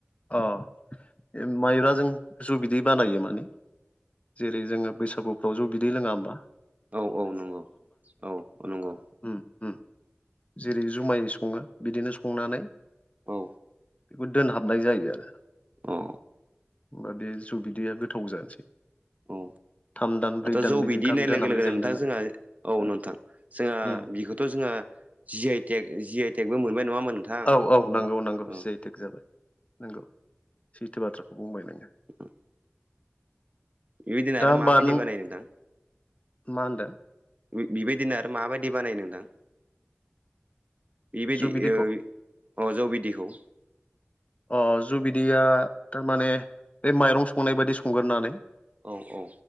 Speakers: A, on the left; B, on the right.
A: अ बे माइब्राजों जौ बिदै बानायो मानि जेरै जोङो बैसागुफ्राव जौ बिदै लोङा होमबा
B: औ-औ नंगौ औ-औ नंगौ
A: उम-उम जेरै जुमाय सङो बिदिनो संनानै
B: औ
A: बेखौ दोनहाबनाय जायो आरो
B: औ
A: होमबा बे जौ बिदैया गोथाव जानोसै
B: औ
A: थाम दान ब्रै
B: दाथ'
A: दान
B: जौ बिदि
A: गाहाम
B: होननाय
A: दोनहाबनाय
B: लोगो लोगोनो
A: जायो
B: नोंथां
A: नालाय
B: जोंहा औ नोंथां जोंहा
A: उम
B: बेखौ थ' जोङा जि आइ टेक जि आइ टेकबो मोनबाय नङा होमबा नोंथां
A: औ-औ नंगौ नांगौ
B: औ
A: जि आइ टेक जाबाय नंगौ सैथो बाथ्राखौ बुंबाय नों
B: <inaudible> बिबादिनो आरो
A: दा होमबा
B: माबायदि
A: नों
B: बानायो नोथां
A: मा होनदों
B: <inaudible> बिबायदिनो आरो माबायदि बानायो नोंथां बिबायदि
A: जुबिदैखौ
B: ओ अ जौ बिदिखौ
A: अ जु बिदिया थारमाने बे माइरं संनाय बादि संगोन नालाय
B: औ औ